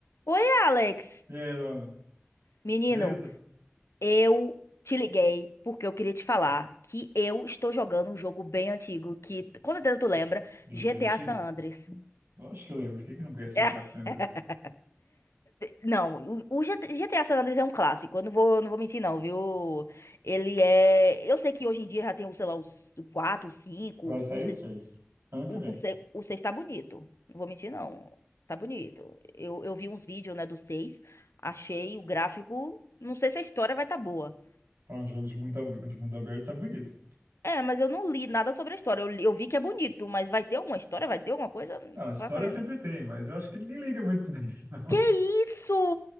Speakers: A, on the left; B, on the right.
A: Oi, Alex.
B: E aí, Luana,
A: Menino,
B: beleza?
A: eu te liguei porque eu queria te falar que eu estou jogando um jogo bem antigo que com certeza tu lembra,
B: Jogo
A: GTA
B: bem antigo?
A: San Andreas.
B: Lógico que eu lembro, quem que não conhece
A: <laughs>
B: GTA San Andreas?
A: Não, o o GTA San Andreas é um clássico, eu não vou, não vou mentir não, viu? Ele é, eu sei que hoje em dia já tem, sei lá, os 4, 5,
B: Vai sair
A: não
B: os
A: sei
B: seis. ano que
A: O,
B: vem.
A: o, se- o seis tá bonito. Não vou mentir, não. Tá bonito. Eu, eu vi uns vídeos, né, do seis. Achei o gráfico. Não sei se a história vai tá boa.
B: Pra um jogo de, muito, ab- de mundo aberto, tá bonito.
A: É, mas eu não li nada sobre a história. Eu, li- eu vi que é bonito, mas vai ter alguma história? Vai ter alguma coisa? Não
B: Não, história
A: faço a menor.
B: sempre tem, mas eu acho que ninguém liga muito pra <laughs> isso, não.
A: Que isso?